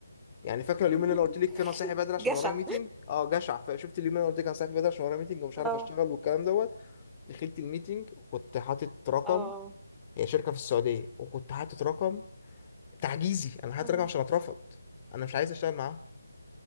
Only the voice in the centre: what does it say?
<laughs>
جشع
اه
اه
أمم،